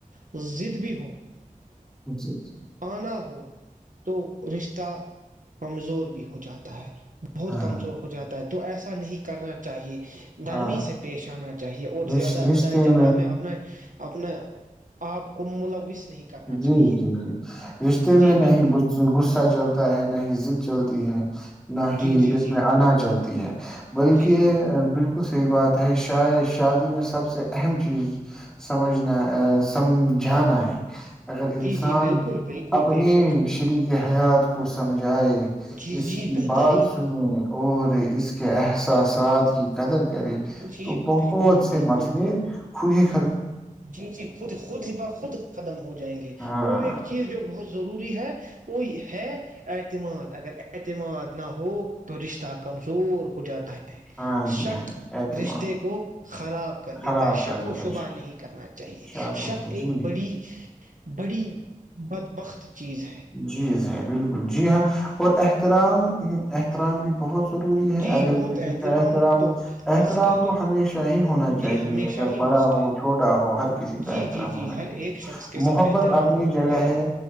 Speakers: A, on the right (about 65°); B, in the centre.
A: د بھی ہو
B: اچھا اچھا
A: آان ہو تو رشتہ کمزور بھی ہو جاتا ہے بہت
B: ہاں
A: کمزور ہو جاتا ہے تو ایسا نہیں کرنا چاہیے گھرمی
B: ہاں
A: سے پیش آنا چاہیے اور
B: رش-
A: زیادہ لڑائی
B: رشتے
A: جھگڑا میں اپنا اپنا آپ کو ملوث نہیں کرنا
B: جی
A: چاہیے
B: جی جی رشتے
A: جی
B: میں نہ
A: بالکل
B: ہی غصہ چلتا ہے نہ ہی ضد چلتی ہے نہ ہی
A: جی جی
B: اس
A: جی
B: میں اناجل ہے بلکہ
A: جی جی
B: بالک بالکل صحیح بات ہے شاید شادی میں سب سے اہم چیز سمجھنا سمجھانا ہے اگر انسان
A: جی جی بالکل بالکل
B: اپنی
A: بے شک
B: شریک حیات کو جائے
A: جی
B: اس
A: جی
B: کی
A: بہترین
B: بات سنے اور اس کے احس ساتھ کی قدر کرے
A: جی
B: تو بہت
A: بالکل
B: سے
A: بالکل
B: مسئلے خودی
A: جی جی خود خود با خود ختم ہو جائے جائیں گے
B: ہاں
A: اور ایک چیز جو بہت ضروری ہے وہ ہے اعتماد اگر اعتماد نہ ہو تو رشتہ کمزور ہو جاتا ہے
B: ہاں
A: شک
B: جی ہاں جی اعتماد
A: رشتے کو خراب کر دیتا
B: خراب
A: ہے شک
B: کر دیتا
A: و شبہ نہیں کرنا چاہیے
B: شاہ کچھ
A: شک ایک
B: جی
A: بڑی بڑی بدبخت چیز ہے
B: جی سر بالکل جی ہاں اور احترام احترام بھی بہت ضروری ہے
A: جی
B: اگر
A: بہت
B: کسی کا احترام
A: تو
B: احترام
A: مست ہے
B: تو ہمیشہ ہی ہونا چاہیے
A: جی ہمیشہ
B: اگر
A: ہی
B: بڑا
A: مست
B: ہو
A: ہے
B: چھوٹا ہو ہر کسی کا
A: جی
B: احترام
A: جی جی
B: ہونا چاہیے
A: ہر ایک شخص کے ساتھ
B: محبت
A: احترام
B: اپنی
A: ہونا
B: جگہ
A: چاہیے
B: ہے